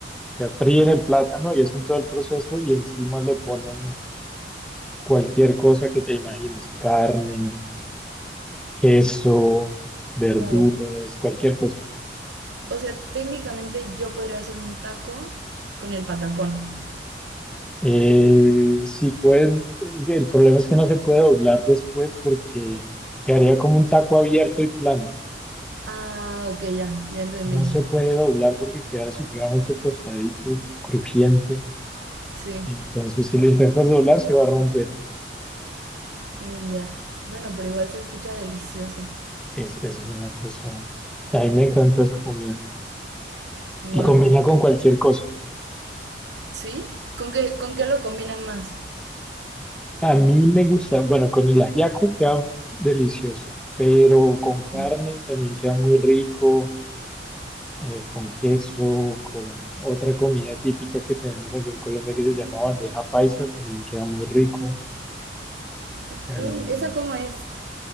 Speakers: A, in the centre; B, on the right.
A: sea, fríen
B: Ah,
A: el plátano y hacen todo el proceso y encima le ponen cualquier cosa que te imagines, carne, queso, verduras,
B: wow.
A: cualquier cosa.
B: O sea, técnicamente yo podría hacer un taco con el patacón.
A: Eh, si puedes, es que el problema es que no se puede doblar después porque quedaría como un taco abierto y plano.
B: Ah, ok, ya, ya entendí.
A: No se puede doblar porque queda supremamente tostadito, crujiente.
B: Sí.
A: Y entonces si lo intentas doblar se va a romper.
B: Uy, ya. Bueno, pero igual se escucha delicioso.
A: Es, esa es una cosa. A mí me encanta esa comida.
B: Wow.
A: Y combina con cualquier cosa.
B: ¿Sí? ¿Con qué, con qué lo combinan más?
A: A mí me gusta, bueno, con el ajiaco queda delicioso, pero con carne
B: Mm.
A: también queda muy rico, eh, con queso, con otra comida típica que tenemos aquí en Colombia que se llama bandeja paisa, también queda muy rico.
B: Ok,
A: Em,
B: ¿esa cómo es?